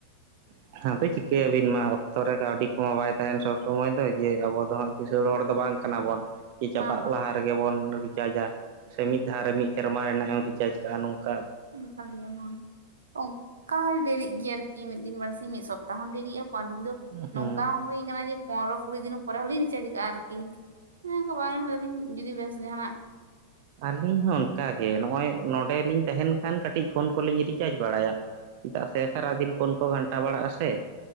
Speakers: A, on the right; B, on the right.
A: ᱟᱛᱚ ᱪᱤᱠᱟᱹ ᱭᱟᱵᱤᱱ ᱢᱟ ᱚᱠᱛᱚ ᱨᱮ ᱠᱟᱹᱣᱰᱤ ᱠᱚᱸᱦᱚ ᱵᱟᱭ ᱛᱟᱦᱮᱱ ᱥᱚᱵᱽ ᱥᱚᱢᱚᱭ ᱫᱚ ᱡᱮ ᱟᱵᱚ ᱫᱚ ᱦᱟᱸᱜ ᱠᱤᱥᱟᱹᱬ ᱦᱚᱲ ᱫᱚ ᱵᱟᱝ ᱠᱟᱱᱟ ᱵᱚᱱ ᱾ ᱠᱮ ᱪᱟᱵᱟᱜ
B: ᱵᱟᱝ ᱵᱟᱝ
A: ᱞᱟᱦᱟ ᱨᱮᱜᱮ ᱵᱚᱱ ᱨᱤᱪᱟᱨᱡᱟ ᱥᱮ ᱢᱤᱫ ᱫᱷᱟᱣ ᱨᱮ ᱢᱤᱫ ᱥᱮᱨᱢᱟ ᱨᱮᱱᱟᱜ ᱨᱤᱪᱼᱼ ᱟᱡᱠᱟ ᱱᱚᱝᱠᱟᱼᱼ
B: ᱱᱤᱛᱟᱨ ᱫᱚ ᱵᱟᱱᱩᱜᱼᱟ ᱾ ᱚᱱᱠᱟ ᱰᱮᱨᱤᱜ ᱜᱤᱭᱟ ᱟᱨᱠᱤ ᱢᱤᱫ ᱫᱤᱱ ᱵᱟᱨᱥᱤᱢ ᱢᱤᱫ ᱥᱚᱯᱛᱟᱦ ᱦᱚᱸ ᱰᱮᱨᱤᱜᱼᱟ ᱯᱟᱸᱪ ᱫᱤᱱ ᱫᱚᱼᱼ
A: ᱦᱮᱸ
B: ᱱᱚᱝᱠᱟ ᱦᱚᱸ ᱦᱩᱭᱟᱠᱟᱱᱟ ᱡᱮ ᱯᱚᱱᱨᱚ ᱠᱩᱲᱤ ᱫᱤᱱ ᱯᱚᱨᱮ ᱦᱚᱞᱤᱧ ᱨᱤᱪᱟᱨᱡᱽ ᱠᱟᱜ ᱟᱨ ᱾ ᱠᱤ ᱤᱱᱟᱹ ᱫᱚ ᱵᱟᱝ ᱫᱤᱧ ᱡᱩᱫᱤ ᱵᱮᱥ ᱡᱟᱦᱟᱸ ᱱᱟᱜᱼᱼ
A: ᱟᱞᱤᱧ ᱦᱚᱸ ᱚᱱᱠᱟᱜᱮ ᱱᱚᱜᱼᱚᱭ ᱱᱚᱰᱮ ᱞᱤᱧ ᱛᱟᱦᱮᱱ ᱠᱷᱟᱱ ᱠᱟᱹᱴᱤᱡ ᱯᱷᱳᱱ ᱠᱚᱞᱤᱧ ᱨᱤᱪᱟᱨᱡᱽ ᱵᱟᱲᱟᱭᱟ ᱾ ᱪᱮᱫᱟᱜ ᱥᱮ ᱥᱟᱨᱟ ᱫᱤᱱ ᱯᱷᱳᱱ ᱠᱚ ᱜᱷᱟᱱᱴᱟ ᱵᱟᱲᱟᱜᱼᱟ ᱥᱮ ᱾